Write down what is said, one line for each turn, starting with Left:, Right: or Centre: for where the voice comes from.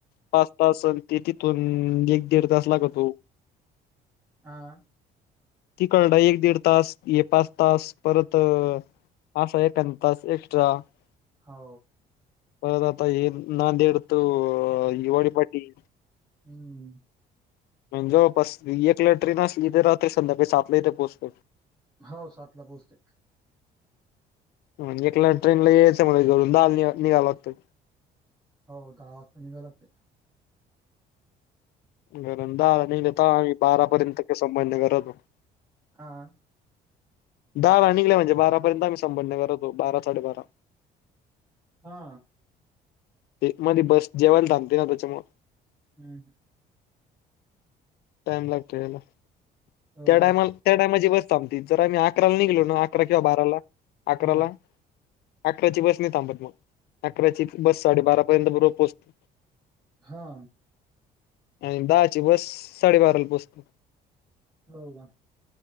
Left: पाच तास असल ते तिथून एक दीड तास लागतो
Right: हा.
Left: ती कळड एक दीड तास ये पाच तास परत <unintelligible> एक्स्ट्रा
Right: हा.
Left: परत आता हे नांदेड तो हिवाळी पाटी
Right: हम्म.
Left: म्हणजे पस एक लेटरीन असली ते राहते संध्याकाळी सातला इथे पोचतो
Right: हो सात ला पोहोचतेय
Left: मग एकला ट्रेन ला यायच म दहा ला निघाव लागतय
Right: हो दहा वाजता निघा लागतय.
Left: <unintelligible>
Right: हा.
Left: दहा ला निघले म्हणजे बारापर्यंत आम्ही संभाजीनगरला येतो बारा साडेबारा
Right: हा!
Left: ते मध्ये बस जेवायला थांबते ना त्याच्यामुळ.
Right: हम् हम
Left: टाइम लागतो याला
Right: हो
Left: त्या टायमाला.
Right: का
Left: त्या टायमाची बसत आमती जर आम्ही अकराला निघलो ना अकरा किंवा बाराला अकराला.
Right: हा
Left: अकराची बस नाही थांबत मग अकराची बस साडेबारापर्यंत बरोबर पोहोचते.
Right: हा!
Left: आणि दहाची बस साडेबाराला पोचते.
Right: हो का!